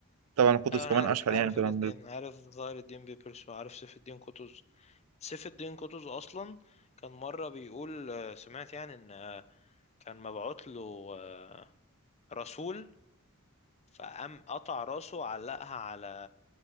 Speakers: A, on the right (about 90°); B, on the left (about 30°).
A: طبعا قطز
B: ايوه
A: كمان
B: انا عارف
A: أشهر
B: عارف
A: يعني طبعا
B: الاثنين عارف ظاهر الدين بيبرس وعارف سيف الدين قطز سيف الدين قطز اصلا كان مرة بيقول آه، سمعت يعني ان آه، كان مبعوت له آه، رسول فقام قطع راسه وعلقها على